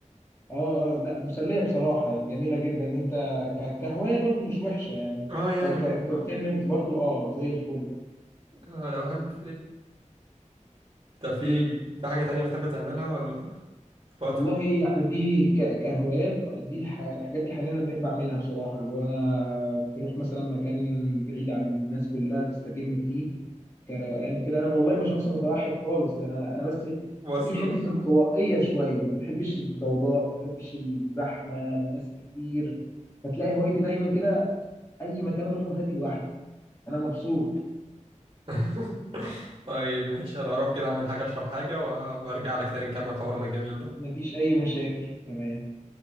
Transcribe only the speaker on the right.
اه يعني
آه أنا بحب طب في
في حاجة تانية بتحب تعملها ولا في وقت
واصلة
<laughs> طيب ماشي أنا هروح كده أعمل حاجة أشرب حاجة وأبقى أرجع لك تاني نكمل حوارنا الجميل ده